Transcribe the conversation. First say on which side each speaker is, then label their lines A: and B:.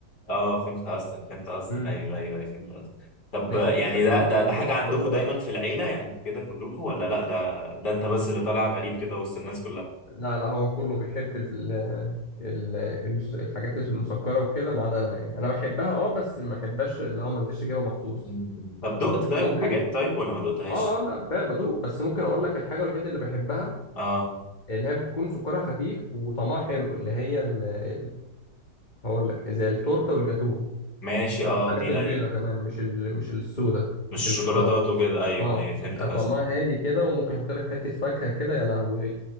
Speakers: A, on the left (about 70°); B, on the left (about 25°).
A: اه فهمت قصدك فهمت قصدك
B: مم.
A: ايوه ايوه ايوه فهمت قصدك طب
B: لكن
A: يعني
B: البيستاشيو
A: ده ده
B: بيبقى
A: ده
B: بيحط
A: حاجة
B: سكر
A: عندكم
B: وخلاص
A: دايما في العيلة يعني انتوا كده كلكم ولا لا ده ده انت بس اللي طالع غريب كده وسط الناس كلها
B: لا لا هو كله بيحب ال ال المس- الحاجات المسكرة وكده ما عدا أنا يعني أنا بحبها أه بس ما بحبهاش اللي هو ما انزلش أجيبها مخصوص
A: مم. طب دقت طيب
B: ممكن
A: الحاجات طيب ولا ما دقتهاش
B: أه آه، لا ب- بدوق بس ممكن أقول لك الحاجة الوحيدة اللي بحبها
A: اه
B: اللي هي بتكون سكرها خفيف وطعمها حلو اللي هي ال... ال- هقول لك زي التورتة والجاتوه
A: ماشي اه
B: والحاجات
A: دي
B: البيضة
A: ايوه
B: كمان مش ال... مش السودة
A: مش
B: مش الشوكولاتة
A: شوكولاتات وكده ايوه
B: اه
A: ايوه
B: بيبقى
A: فهمت قصدك
B: طعمها هادي كده وممكن احط لك حتة فاكهة كده يا لهوي